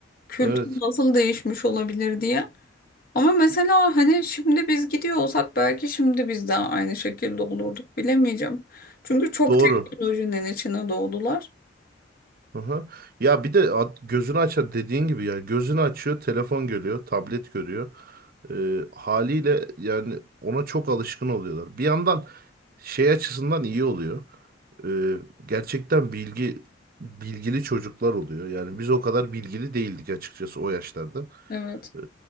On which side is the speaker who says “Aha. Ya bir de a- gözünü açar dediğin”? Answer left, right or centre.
Right